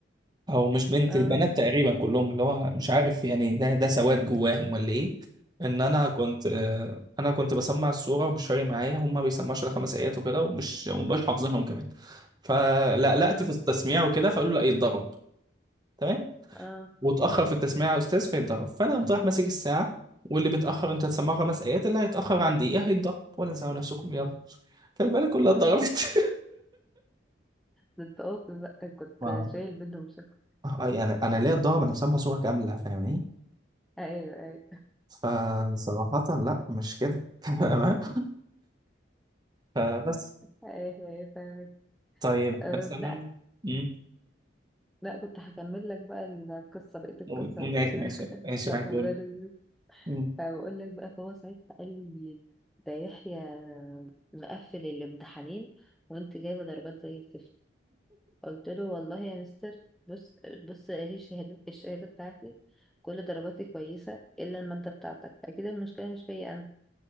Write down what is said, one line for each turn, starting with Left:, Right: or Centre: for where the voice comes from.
Right: او مش بنت
Centre: اه
Right: البنات تقريبا كلهم اللي هو مش عارف يعني ده ده سواد جواهم ولا ايه ان انا كنت آه، انا كنت بسمع السوره ومش فارق معايا هم ما بيسمعوش الا خمس ايات وكده ومش ومبقاش حافظينهم كمان فلقلقت
Centre: اه
Right: في التسميع وكده فقالوا لا يتضرب تمام
Centre: اه
Right: واتاخر في التسميع يا استاذ فيتضرب فانا قمت رايح ماسك الساعه واللي بيتاخر انت هتسمعه خمس ايات اللي هيتاخر عن دقيقه هيتضرب ولا زعلوا نفسكم يلا فالبنات كلها اتضربت
Centre: ده انت قاصد بقى كنت
Right: <laughs> ما-
Centre: شايل بينهم شكل
Right: آه، يعني انا ليه اتضرب انا هسمع سوره كامله فاهم
Centre: ايوه ايوه
Right: فصراحة
Centre: <laughs>
Right: لا مش كده <laughs> تمام فبس
Centre: ايوه ايوه فاهمك
Right: طيب
Centre: آه
Right: مثلا
Centre: لا
Right: امم
Centre: لا كنت هكمل لك بقى القصة بقية القصة
Right: قول قول
Centre: اللي-
Right: ماشي ماشي
Centre: <laughs>
Right: ماشي
Centre: بتاعت
Right: معاك
Centre: المدرس
Right: قول
Centre: دي
Right: مم.
Centre: فبقول لك بقى فهو ساعتها قال لي ده يحيى مقفل الامتحانين وانت جايبة درجات زي الزفت قلت له والله يا مستر بص بص اهي الشهادة الشهادة بتاعتي كل درجاتي كويسة إلا المادة بتاعتك أكيد المشكلة مش فيا أنا